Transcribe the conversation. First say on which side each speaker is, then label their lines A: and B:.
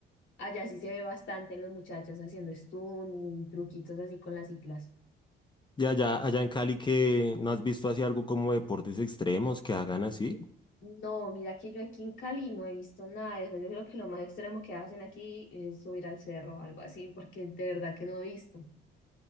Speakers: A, on the left; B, on the left.
A: allá sí se ve bastante los muchachos haciendo stun y truquitos así con las ciclas.
B: Y allá, allá en Cali que no has visto así algo como deportes extremos que hagan así.
A: No, mira que yo aquí en Cali no he visto nada de eso. Yo creo que lo más extremo que hacen aquí es subir al cerro, algo así, porque de verdad que no he visto.